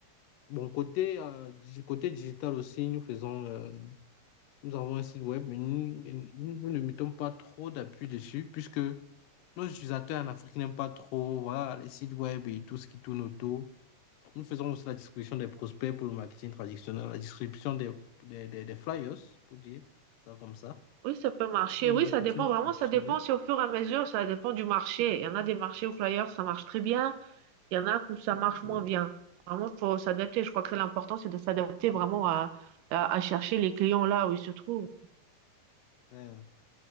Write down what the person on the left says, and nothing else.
Bon, côté, euh, digi- côté digital aussi, nous faisons. euh, Nous avons un site web, mais nous, nous- nous ne mettons pas trop d'appui dessus puisque nos utilisateurs en Afrique n'aiment pas trop, voilà, les sites web et tout ce qui tourne autour. Nous faisons aussi la distribution des prospects pour le marketing traditionnel, la distribution des, des, des- des flyers, pour dire ça comme ça,
pour le
marketing
traditionnel.
Non.
Mais,